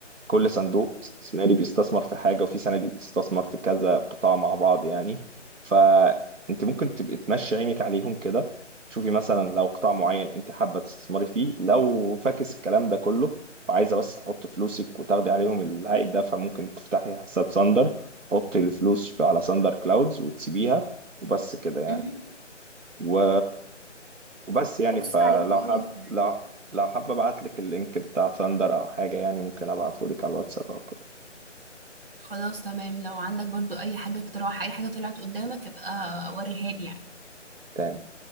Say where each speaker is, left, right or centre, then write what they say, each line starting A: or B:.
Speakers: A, on the right (about 80°); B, on the right (about 45°).
A: كل صندوق استثماري بيستثمر في حاجه وفي صناديق بتستثمر في كذا قطاع مع بعض يعني فانت ممكن تبقي تمشي عينك عليهم كده شوفي مثلا لو قطاع معين انت حابه تستثمري فيه لو فاكس الكلام ده كله وعايزه بس تحط فلوسك وتاخدي عليهم العائد ده فممكن تفتحي حساب ساندر تحطي الفلوس في على ساندر كلاودز وتسيبيها وبس كده يعني
B: مهم.
A: و وبس يعني
B: هبص
A: فلو
B: عليهم واقول
A: حاب
B: لك يعني.
A: لو لو حابب ابعت لك اللينك بتاع ثاندر او حاجه يعني ممكن ابعته لك على الواتساب او كده
B: خلاص تمام لو عندك برضو اي حاجة اقتراح اي حاجة طلعت قدامك ابقى وريها لي يعني
A: تمام